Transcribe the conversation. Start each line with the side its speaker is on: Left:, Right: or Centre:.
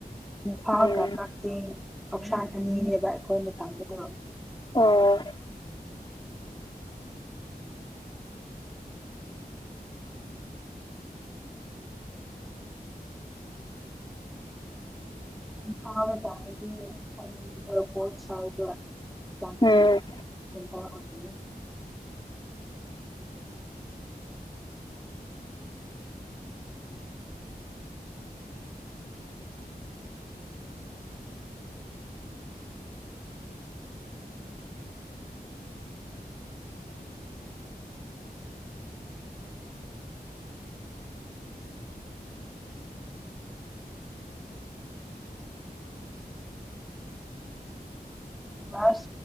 Centre: ꯅꯏꯝꯐꯤꯜꯒ
Left: ꯎꯝ
Centre: ꯀ ꯆꯦꯡ ꯂꯧꯁꯥꯟ ꯑꯅꯤꯅꯦꯕ ꯑꯩꯈꯣꯏꯅ ꯇꯥꯝꯕꯗꯣ
Left: ꯑꯣ
Centre: ꯏꯝꯐꯥꯜꯗ ꯇꯥꯔꯗꯤꯅꯦ ꯑꯦꯔꯄꯣꯔꯠ ꯁꯥꯏꯗꯇꯣ
Left: ꯎꯝ
Centre: <unintelligible> ꯑꯣꯏꯗꯨꯏꯅꯦ ꯃꯁ